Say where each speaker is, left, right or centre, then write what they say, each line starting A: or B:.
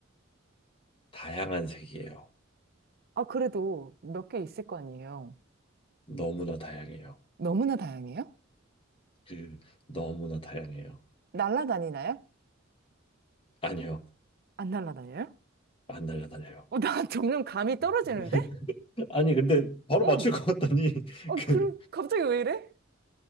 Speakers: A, on the left; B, on the right.
A: 다양한 색이에요.
B: 아, 그래도 몇 개 있을 거 아니에요?
A: 너무나 다양해요.
B: 너무나 다양해요?
A: 그, 너무나 다양해요.
B: 날라다니나요?
A: 아니요.
B: 안 날라다녀요?
A: 안 날라다녀요.
B: 어, 나 <laughs> 점점 감이 떨어지는데?
A: <laughs> 아니, 근데 바로
B: 어,
A: 맞출 것 같다니. <laughs>
B: 어,
A: 그,
B: 그래, 갑자기 왜 이래?